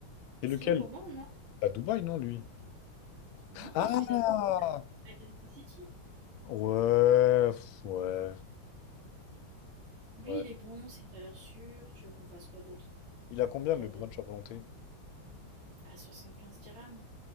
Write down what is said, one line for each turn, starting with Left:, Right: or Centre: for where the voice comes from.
Left: C'est
Right: Ce
Left: lequel?
Right: serait le moment, non?
Left: À Dubaï, non, lui?
Right: Non,
Left: Ah!
Right: je suis d'accord avec City.
Left: Ouais, pff, ouais,
Right: Lui,
Left: ouais.
Right: il est bon, c'est une valeur sûre. Tu veux qu'on fasse quoi d'autre?
Left: Il a combien
Right: T'as
Left: le
Right: d'autres
Left: brunch à volonté?
Right: à 75 dirhams.